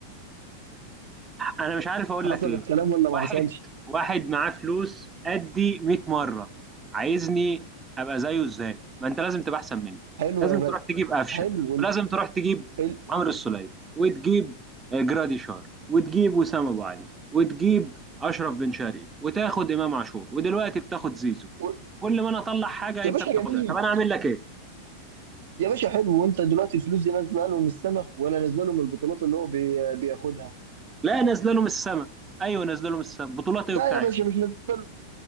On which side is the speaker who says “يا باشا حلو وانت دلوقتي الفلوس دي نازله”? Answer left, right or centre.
Right